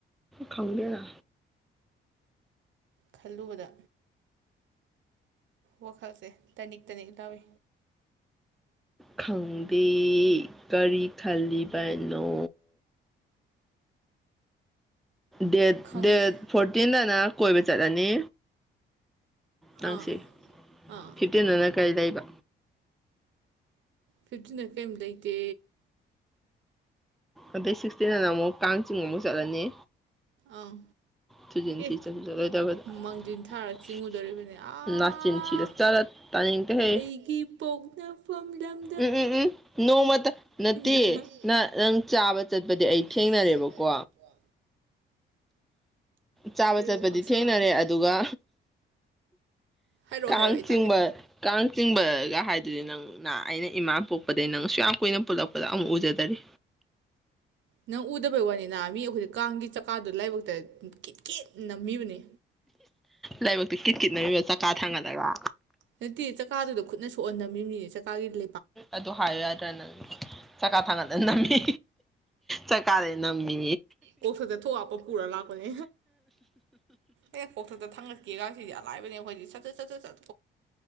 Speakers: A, in the centre; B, on the right.
A: ꯈꯪꯗꯦꯅ
B: ꯈꯜꯂꯨꯕꯗ ꯋꯥꯈꯜꯁꯦ ꯇꯅꯤꯛ ꯇꯅꯤꯛ ꯇꯧꯏ
A: ꯈꯪꯗꯦ ꯀꯔꯤ ꯈꯜꯂꯤꯕꯅꯣ ꯗꯦꯠ
B: ꯈꯪꯗ꯭ꯔꯦ
A: ꯗꯦꯠ ꯐꯣꯔꯇꯤꯟꯗꯅ ꯀꯣꯏꯕ ꯆꯠꯂꯅꯤ ꯅꯪꯁꯤ
B: ꯑꯥ ꯑꯥ
A: ꯐꯤꯞꯇꯤꯟꯗꯨꯅ ꯀꯔꯤ ꯂꯩꯕ
B: ꯐꯤꯞꯇꯤꯟꯗ ꯀꯔꯤꯝ ꯂꯩꯇꯦ
A: ꯑꯇꯩ ꯁꯤꯛꯁꯇꯤꯟꯅ ꯑꯃꯨꯛ ꯀꯥꯡꯆꯤꯡꯕ ꯑꯃꯨꯛ ꯆꯠꯂꯅꯤ
B: ꯑꯪ
A: ꯊ
B: ꯑꯦ
A: ꯆ ꯆꯅꯥ
B: ꯃꯥꯡꯖꯤꯟ ꯊꯥꯔ ꯆꯤꯡꯉꯨꯗꯣꯔꯤꯕꯅꯦ ꯑꯥ
A: ꯆꯤꯟꯁꯤ ꯆ <unintelligible> ꯇꯥꯅꯤꯇꯦꯍꯦ
B: ꯑꯩꯒꯤ ꯄꯣꯛꯅꯐꯝ ꯂꯝ
A: ꯎꯝ ꯎꯝ ꯎꯝ ꯅꯣꯡꯃꯇ ꯅꯠꯇꯦ
B: ꯅꯪ
A: ꯅꯪ ꯆꯥꯕ ꯆꯠꯄꯗꯤ
B: ꯆꯠꯄꯁꯦ
A: ꯑꯩ ꯊꯦꯡꯅꯔꯦꯕꯀꯣ
B: ꯑꯩ ꯊꯦꯡꯅꯔꯦꯕꯀꯣ
A: ꯆꯥꯕ
B: ꯀꯔꯤ
A: ꯆꯠꯄꯗꯤ
B: ꯋꯥ ꯉꯥꯡ
A: ꯊꯦꯡꯅꯔꯦ
B: ꯁꯉꯥꯡꯅꯣ
A: ꯑꯗꯨꯒ
B: ꯍꯥꯏꯔꯛꯑꯣ
A: ꯀꯥꯡ
B: ꯍꯥꯏꯔꯛꯑꯣ ꯑꯩ
A: ꯆꯤꯡꯕ
B: ꯇꯥꯒꯦ
A: ꯀꯥꯡ ꯆꯤꯡꯕꯒ ꯍꯥꯏꯗꯨꯗꯤ ꯅꯪ ꯑꯩꯅ ꯏꯃꯥ ꯄꯣꯛꯄꯗꯒꯤꯩ ꯅꯪ ꯁꯛ ꯌꯥꯝ ꯀꯨꯏꯅ ꯄꯨꯜꯂꯛꯄꯗ ꯑꯃꯨ ꯎꯖꯗꯔꯤ
B: ꯅꯪ ꯎꯗꯕꯩ ꯋꯥꯅꯤꯅ ꯃꯤ ꯑꯩꯈꯣꯏꯗ ꯀꯥꯡꯒꯤ ꯆꯀꯥꯗꯨ ꯂꯥꯏꯕꯛꯇ ꯀꯤꯠ ꯀꯤꯠ ꯅꯝꯃꯤꯕꯅꯤ
A: ꯂꯥꯏꯕꯛꯇꯤ ꯀꯤꯠ ꯀꯤꯠꯅꯃꯤꯕ ꯆꯀꯥ ꯊꯥꯡꯒꯠꯂꯒ
B: ꯅꯠꯇꯦ ꯆꯀꯥꯗꯨꯗ ꯈꯨꯠꯅ ꯁꯣꯛꯍꯟꯗꯕꯃꯤ ꯃꯤꯅꯦ ꯆꯀꯥꯒꯤꯗꯤ
A: ꯑꯗꯨ ꯍꯥꯏꯌꯨ ꯌꯥꯗ꯭ꯔꯥ ꯅꯪ ꯆꯀꯥ ꯊꯥꯡꯒꯠꯗ ꯅꯝꯃꯤ ꯆꯀꯥ ꯅꯃꯤ
B: ꯀꯣꯛꯁꯁ ꯊꯣꯛ ꯍꯥꯞꯄ ꯄꯨꯔ ꯂꯥꯛꯄꯅꯦ ꯑꯩ ꯀꯣꯛꯊꯛꯇ ꯊꯥꯡꯒꯠꯀꯦꯒꯁꯤꯗꯤ ꯑꯂꯥꯏꯕꯅꯦ ꯑꯩꯈꯣꯏꯗꯤ ꯆꯠꯊꯠ ꯆꯠꯇꯠ ꯆꯠ